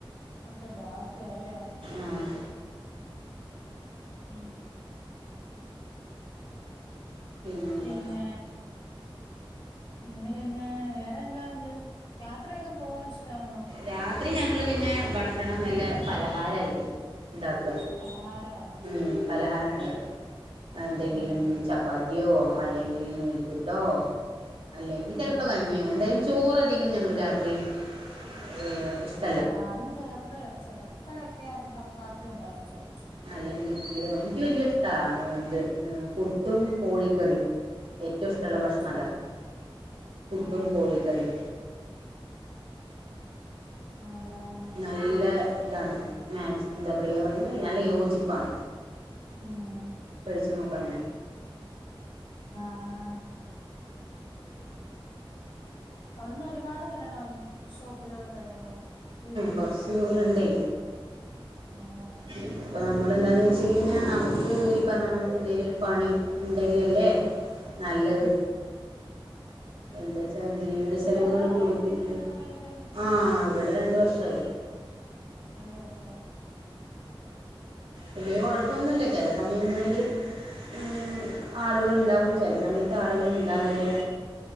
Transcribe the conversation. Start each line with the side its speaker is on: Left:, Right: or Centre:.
Left: അത്തക്കെ ആക്കെ അല്ലെ
Right: ആഹ്
Left: ഉം
Right: പിന്നെന്താ
Left: പിന്നെ എന്ന പിന്നെ വേറെ എന്താണ്ട് യാത്രയൊക്കെ പോവാൻ ഇഷ്ടാന്നോ?
Right: രാത്രി ഞങ്ങള് പിന്നെ ഭക്ഷണം വല്ല പലഹാരയിരിക്കും ഉണ്ടാക്ക
Left: പലഹാര വർ
Right: ഉ പലഹാരം ഉണ്ടാക്ക എന്തെങ്കിലും
Left: ആ
Right: ച ചപ്പാത്തിയോ അല്ലെങ്കിൽ നൂൽപ്പുട്ടോ അല്ലെങ്കിൽ ചെലപ്പ
Left: ആ
Right: കഞ്ഞിയോ എന്തായാലും ചോറധികം ഞങ്ങൾ രാത്രി <unintelligible>
Left: ഞന് ചെലപ്പഴ്‌ ചെലപ്പഴൊക്കെ ചപ്പാത്തി ഉണ്ടാക്കി കഴി
Right: അലെങ്കി വീട്ടില് ഓന്ക്ക് വല്യ ഇഷ്ട ഇത് പുട്ടും കോഴിക്കറിയും ഏറ്റവും ഇഷ്ടള്ള
Left: ആഹ്
Right: ഭക്ഷണം അതാ പുട്ടും
Left: ആഹ്
Right: കോഴിക്കറിം
Left: അലോ
Right: നല്ല ഇതാണ് മാച്ച് എന്താ പറയ പറയ നല്ല യോജിപ്പാണ്
Left: ഉം
Right: <unintelligible> ഴിച്ചു നോക്കാ അങ്ങനെ
Left: ആഹ് ആഹ് അവിടുന്ന് ഒരുപാട് വരണോ ഷോപ്പിലോട്ട് വരുമ്പോ വീട്ടിന്ന്
Right: കുറച്ച് ദൂരമുണ്ടേ
Left: മോളാ
Right: പിന്നെപ്പം നമ്മള് എന്താന്ന് വെച്ചയിഞ്ഞാ നമുക്ക് ഈ പറഞ്ഞമാരി എന്തേലും ഒരു പണി ഇണ്ടെങ്കിലല്ലേ നല്ലത്
Left: ഉം
Right: എന്ത ചെ ജീവിത
Left: എത്ര
Right: ചെലവുകള്
Left: നാളായി
Right: കൂടികൂടി
Left: ജോലിക്ക്
Right: വര്ണ്
Left: വരാൻ തൊടങ്ങിട്ട്
Right: ആഹ് ഇവിടെ രണ്ട് വർഷായി
Left: രണ്ട് വർഷോം
Right: വലിയ കൊഴപ്പൊന്നുല്ല ചില സമയങ്ങളില് ഉം ആളുകളുണ്ടാവും ചെല സമയത്ത് ആളുകള്ണ്ടാവില്ല്യ